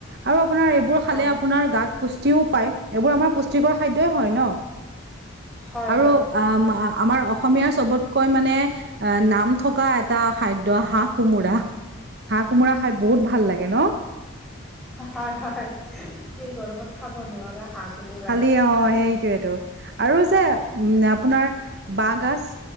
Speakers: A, on the right (about 55°); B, in the centre.
A: আৰু আপোনাৰ এইবোৰ খালে
B: হয়
A: আপোনাৰ গাত পুষ্টিও পায়। এইবোৰ আমাৰ পুষ্টি পুষ্টি খাদ্যই হয় ন?
B: হয়
A: আৰু আহ আমাৰ অসমীয়া চবতকৈ মানে মানে নাম থকা এটা খাদ্য হাঁহ কোমোৰা হাঁহ কোমোৰা। খাই বহুত ভাল লাগে ন
B: হয় হয় এই গৰমত খাব নোৱাৰা হাঁহ। কোমোৰা
A: খালি অ সেইটোৱেতটো আৰু যে উম আপোনাৰ বহগাজ-